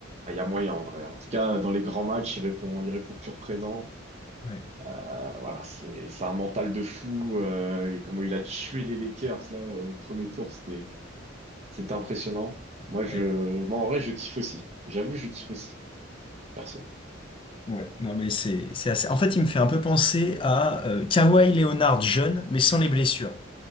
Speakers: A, on the right; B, on the left.
A: Ah, Il y a moyen en vrai. En tout cas, dans les grands matchs, il répond, il répond toujours présent.
B: Ouais,
A: Euh, voilà, c'est, c'est un mental de fou. euh, et comment il a tué les Lakers là au premier tour, c'était, c'était impressionnant. Moi, je,
B: ouais,
A: moi en vrai, je kiffe aussi. J'avoue, je kiffe aussi, perso.
B: ouais. Non, mais c'est, c'est assez... En fait, il me fait un peu penser à euh, Kawhi Leonard jeune, mais sans les blessures.